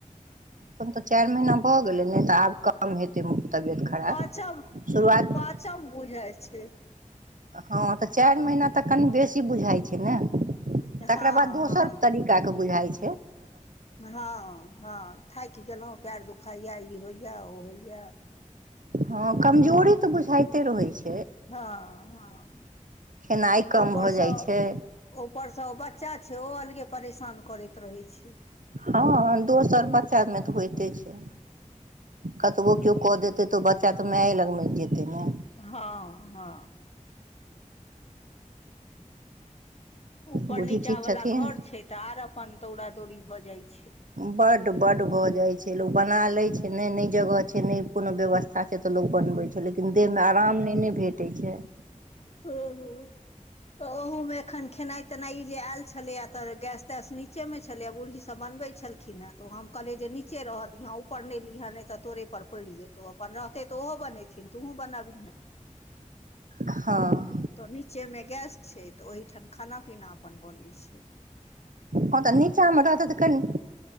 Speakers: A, on the right (about 75°); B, on the left (about 50°).
A: तब तऽ चाइर महीना भऽ गेलै नै तऽ आब कम हेतै। तबियत खराब
B: पाँचम
A: शुरुआत
B: पाँचम बुझाइ छै
A: हँ तऽ चाइर महीना तक कनि बेसी बुझाइ छैय ने। तकरा
B: हँ
A: बाद दोसर
B: हँ
A: तरीका के बुझाइ छैय।
B: हँ हँ थाइक गेलहुँ पएर दुखाइए ई होइए ओ होइए।
A: हँ कमजोरी तऽ बुझाइते रहैत छैय।
B: हँ हँ।
A: खेनाइ कम
B: ऊपरसँ
A: भऽ जाइ छै
B: ऊपरसँ उ बच्चा सेहो अलगे परेशान करैत रहै छैय।
A: हँ दोसर बच्चामे तऽ होइते छैय। कतवो क्यो कऽ देते तो बच्चा तऽ मैंए लगमे जेते ने।
B: हँ हँ। ऊपर
A: बूढ़ी
B: नीचा
A: ठीक
B: वाला
A: छथिन
B: घर छैय तऽ आर अपन दौरा दौरी भऽ जाय छैय।
A: बड्ड बड भऽ जाइत छैय लोक बना लैत छैय नै नै जगह छैय नै कोनो व्यवस्था छैय तऽ लोक बनबै छैय लेकिन देहमे आराम नहि ने भेटै छैय।
B: ह ह। तऽ ओहमे एखन खेनाइ तेनाई जे आयल छलैय तऽ गैस तैस नीचे मे छलै बूढ़ी सब ब बनबे छलखिन हे तो हम कहले जे नीचे रह दीहे ऊपर ने लीहे नहि तऽ तोरे पर पड़ि जेतौ अपन रह। तऽ ओहो बनेथिन तूहूँ बनबयें।
A: हँ।
B: तऽ नीचेमे गैस छैय तऽ ओहीठाम खाना पीना अपन बनैत छैय।
A: हँ तऽ नीचामे रहतै तऽ कनि